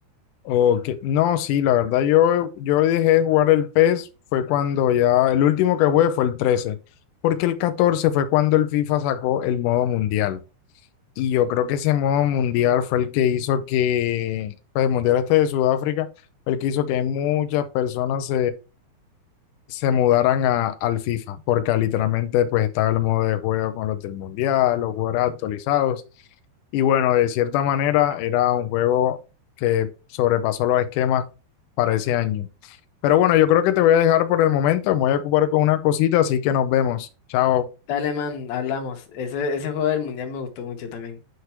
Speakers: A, on the left; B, on the left.
A: Ok, No, sí, la verdad yo, yo dejé de jugar el PES fue cuando ya, el último que jugué fue el 13 porque el 14 fue cuando el FIFA sacó el modo mundial. Y yo creo que ese modo mundial fue el que hizo que, pues el mundial este de Sudáfrica, fue el que hizo que muchas personas se mudaran a, al FIFA, porque literalmente pues estaba el modo de juego con los del Mundial, los jugadores actualizados, y bueno, de cierta manera era un juego que sobrepasó los esquemas para ese año. Pero bueno, yo creo que te voy a dejar por el momento, me voy a ocupar con una cosita, así que nos vemos. Chao.
B: Dale, man, hablamos. Ese, ese juego del mundial me gustó mucho también.